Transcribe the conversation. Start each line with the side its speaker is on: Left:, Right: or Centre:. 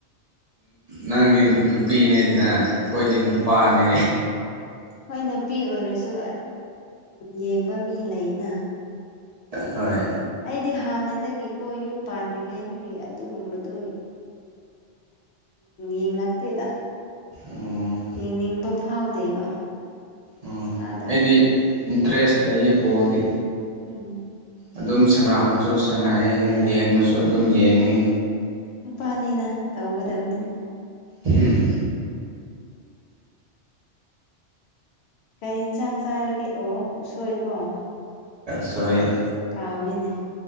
Right: ꯅꯪꯗꯤ ꯅꯨꯄꯤꯅꯦꯅ ꯑꯩꯈꯣꯏꯗꯤ ꯅꯨꯄꯥꯅꯦ
Left: ꯎꯝ ꯍꯣꯏ ꯅꯨꯄꯤ ꯑꯣꯏꯔꯁꯨ ꯌꯦꯡꯕ ꯃꯤ ꯂꯩꯅ
Right: ꯍꯣꯏ
Left: ꯑꯩꯗꯤ ꯍꯥꯟꯅꯗꯒꯤꯀꯣ ꯌꯨꯝ ꯄꯥꯟꯗ꯭ꯔꯤꯉꯩꯗꯒꯤ ꯑꯗꯨꯒꯨꯝꯕꯗꯣ ꯌꯦꯡꯉꯛꯇꯦꯗ
Right: ꯑꯣ
Left: ꯌꯦꯡꯅꯤꯡꯕ ꯐꯥꯎꯗꯦꯕ
Right: ꯑꯣ
Left: ꯏꯁꯥꯗ
Right: ꯑꯩꯗꯤ ꯏꯟꯇꯔꯦꯁ ꯂꯩꯌꯦ ꯕꯣꯜꯗꯤ
Left: ꯎꯝꯝ
Right: ꯑꯗꯨꯝ ꯁꯥꯟꯅꯕꯁꯨ ꯁꯥꯟꯅꯩ ꯌꯦꯡꯕꯁꯨ ꯑꯗꯨꯝ ꯌꯦꯡꯉꯤ
Left: ꯅꯨꯄꯥꯅꯤꯅ ꯇꯧꯒꯗꯕꯅꯦ
Right: ꯍꯝ
Left: ꯀꯩ ꯌꯦꯟꯁꯥꯡ ꯆꯥꯔꯒꯦ ꯑꯣ ꯎꯁꯣꯏꯀꯣ
Right: ꯁ ꯍꯦ
Left: ꯀꯥꯎꯋꯏꯅꯦ